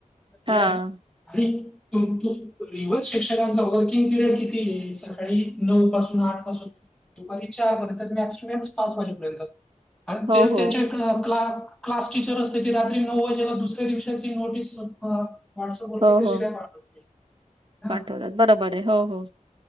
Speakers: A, on the right; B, in the centre.
A: हां.
B: हे आहे ना आणि तू रिवार्स शिक्षकांचा वर्किंग पिरियड कितीये सकाळी नऊ पासून आठ पासून दुपारी चार परीयंत मॅक्स टू मॅक्स पाच वाजेपर्यंत आणि
A: हो,
B: तेच
A: हो.
B: त्यांच्या क्लास टीचर असते ती रात्री नऊ वाजेला दुसऱ्या दिवसाची नोटीस व्हाट्सअँप वरती
A: हो,
B: कशी
A: हो.
B: काय पाठवते. हा
A: पाठवतात बरोबर आहे हो हो.